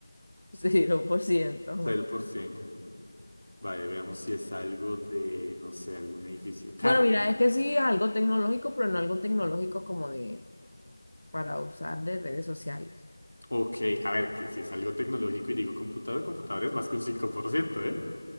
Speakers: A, on the left; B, on the left.
A: <laughs> cero por ciento.
B: cero por ciento, Vale, veamos si es algo de, no sé, algún edificio. Carro.
A: Bueno, mira, es que sí es algo tecnológico, pero no algo tecnológico como de para usar de redes sociales.
B: Ok, a ver, que si es algo tecnológico y digo computador, computador es más que un cinco por ciento, ¿eh?